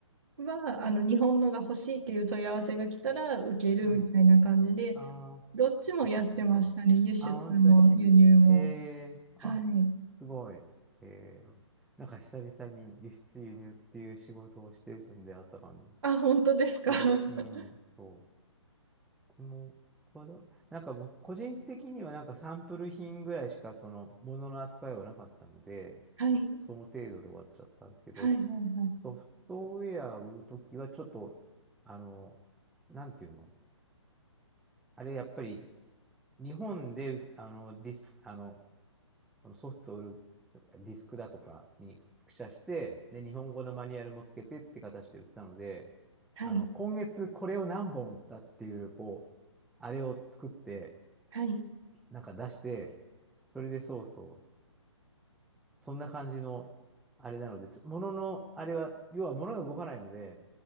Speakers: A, on the right (about 75°); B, in the centre.
A: は、あの、日本のが欲しいっていう問い合わせが来たら受けるみたいな感じで、
B: うん。ああ、
A: どっちもやってましたね、
B: そっかそっかそっか。
A: 輸出も輸入も。
B: あ、本当に。へえ、あ、
A: はい。
B: すごい。へえ、なんか久々に輸出輸入っていう仕事をしてる人に出会った感じ
A: あ、本当ですか。
B: する。
A: <laughs>
B: うん、そう。僕も、僕はどうなんか僕、個人的にはなんかサンプル品ぐらいしかそのものの扱いはなかったので、
A: はい、
B: その程度で終わっちゃったんですけど、
A: はい、はい、
B: ソフトウェアを売るときはちょっと、あの、なんていうのあれ、やっぱり、日本で、あの、ディス、あの、ソフトを売るディスクだとかに複写して、で、日本語のマニュアルもつけてって形で売ったので、
A: はい、
B: あの、
A: はい、
B: 今月これを何本売ったっていう、こう、あれを作って、
A: はい、
B: なんか出して、それでそうそう、そんな感じの、あれなので、ちょ、のあれは、要は物が動かないので、